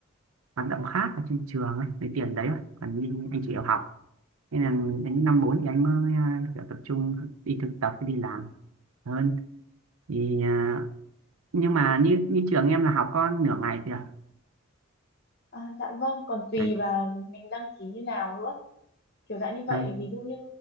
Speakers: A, on the right; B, on the left.
A: hoạt động khác ở trên trường ấy lấy tiền đấy thôi còn đi anh chỉ yêu học nên là đến năm bốn thì anh mới ờ, kiểu tập trung đi thực tập đi làm hơn thì à, nhưng mà như như trường em là học có nửa ngày thì à
B: ờ, dạ vâng còn tùy
A: Đấy.
B: vào mình đăng ký như nào nữa kiểu dạng như vậy
A: à,
B: ví dụ như